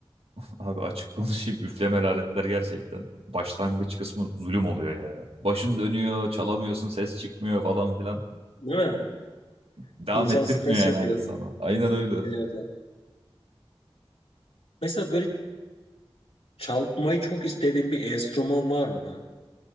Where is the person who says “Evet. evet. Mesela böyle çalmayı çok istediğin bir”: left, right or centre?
Left